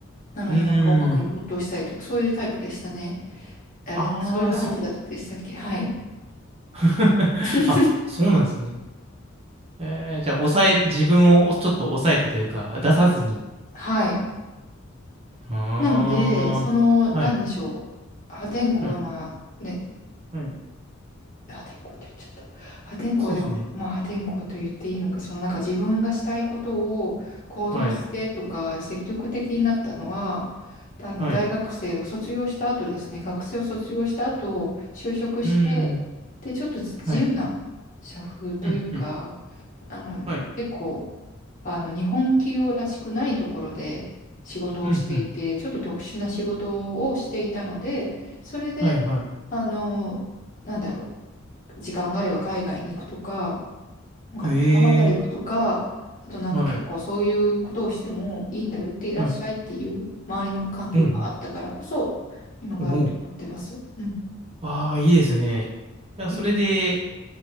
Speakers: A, on the left; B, on the right.
A: なのでなんか音楽に没頭したりとか、
B: うーん。
A: そういうタイプでしたね。あれ、
B: ああ、
A: そういう話だってしたっけはい。
B: そう。<laughs>
A: <laughs>
B: あ、そうなんですね。えー、じゃあ、抑え、自分をちょっと抑えてというか、出さずに。
A: はい。
B: ああ、
A: なので、その、なんでしょう、
B: はい、
A: 破天荒な、
B: はい、
A: ね、
B: はい。
A: 破天荒って言っちゃった。破天荒でも、
B: そうですね。
A: まあ破天荒と言っていいのか、そのなんか自分がしたいことを行動してとか、
B: はい、
A: 積極的になったのは、あの大学生を卒業した後ですね、
B: はい。う
A: 学生を卒業した後、就職して、
B: ーん、
A: で、ちょっと自由な社風というか、
B: はい。うん、うん、
A: あの、
B: はい。
A: 結構、あの、日本企業らしくないところで仕事をしていて、
B: うん、うん、
A: ちょっと特殊な仕事をしていたので、それで、
B: はい、はい。
A: あの、なんだろう。時間があれば海外に行くとか、お金が貯まったら行くとか、
B: へえ、
A: あとなんか結構そういうことをしてもいいんだよ、
B: はい、
A: 行ってらっしゃいっていう周りの環境があったからこそ、
B: はい。うん、
A: 今があると思ってます。
B: うん。おお。
A: うん。
B: ああ、いいですね。いや、
A: ええ
B: それで、